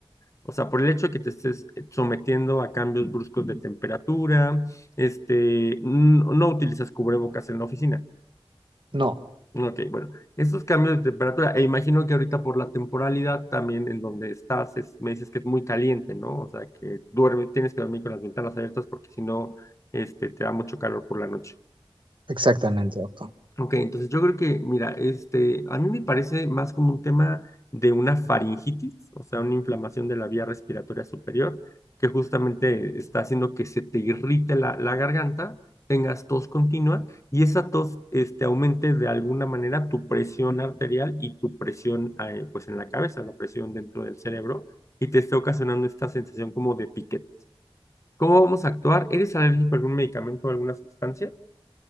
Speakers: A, on the left; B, on the right.
A: o sea, por el hecho de que te estés sometiendo a cambios bruscos de temperatura, este, no, no utilizas cubrebocas en la oficina.
B: No,
A: Ok, bueno, estos cambios de temperatura, e imagino que ahorita por la temporalidad también en donde estás, es- me dices que es muy caliente, ¿no? O sea, que duerme, tienes que dormir con las ventanas abiertas porque si no, este, te da mucho calor por la noche.
B: exactamente, doctor.
A: Ok, entonces yo creo que, mira, este, a mí me parece más como un tema de una faringitis, o sea, una inflamación de la vía respiratoria superior, que justamente está haciendo que se te irrite la, la garganta, tengas tos continua y esa tos, este, aumente de alguna manera tu presión arterial y tu presión, eh, pues en la cabeza, la presión dentro del cerebro y te esté ocasionando esta sensación como de piquete. ¿Cómo vamos a actuar? ¿Eres alérgico a algún medicamento o alguna sustancia?